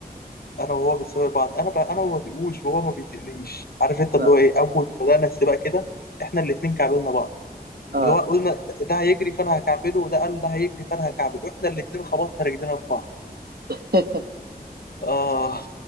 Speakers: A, on the left; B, on the right.
A: أنا وهو بنسابق بعض أنا بقى أنا ما بطيقوش وهو ما بيطيقنيش عارف أنت اللي
B: اه
A: هو إيه أول ما بدأنا السباق كده إحنا الاتنين كعبلنا بعض
B: اه
A: اللي هو قلنا ده هيجري فانا هكعبله وده قال ده هيجري فانا هكعبله احنا الاتنين خبطنا رجلنا في بعض
B: <laughs>
A: اه